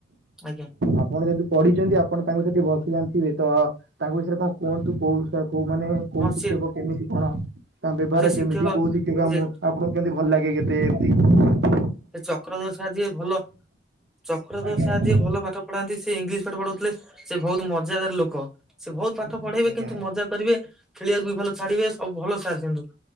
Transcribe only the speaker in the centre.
ଆଜ୍ଞା
ହଁ
ସିଏ
ହଁ ସେ ଶିକ୍ଷକ
ସେ
ସେ ଚକ୍ରଧର ସାର ଯିଏ ଭଲ। ଚକ୍ରଧର
ସାର୍
ଯିଏ ଭଲ ପାଠ ପଢ଼ାନ୍ତି ସେ ଇଂଲିଶ ପାଠ ପଢାଉଥିଲେ ସେ ବହୁତ ମଜାଦାର ଲୋକ। ସେ ବହୁତ ପାଠ ପଢେଇବେ
କିନ୍ତୁ ମଜା କରିବେ ଖେଳିବାକୁ ବି ଭଲ ଛାଡିବେ ସବୁ ଭଲ ସାର। କିନ୍ତୁ